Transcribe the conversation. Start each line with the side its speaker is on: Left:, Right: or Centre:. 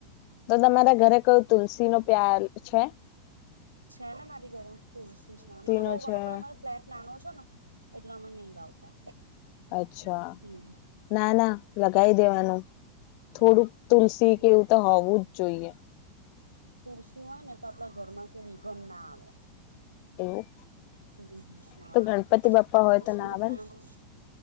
Left: તો તમારા ઘરે કયું તુલસી નો પ્યાલ છે?
Right: છે, ને મારી ઘરે તુલસી છે. મને બો
Left: નો
Right: ગમે
Left: છે
Right: પણ અમારો ફ્લેટ નાનો છે. ને એટલા અમે નહી લાવતા.
Left: અચ્છા,
Right: હમ
Left: ના-ના લગીવી દેવાનું થોડુંક તુલસી
Right: હમ
Left: કે એવું તો હોવું જ જોઈએ.
Right: તુલસી હોય ને, તો આપણા ઘરમાં કે વિઘન ના આવે.
Left: એવું
Right: હમ્મ, હા
Left: તો ગણપતિ બાપ્પા
Right: તુલસીનો
Left: હોય તો ના આવે
Right: પ્લાન્ટ
Left: ને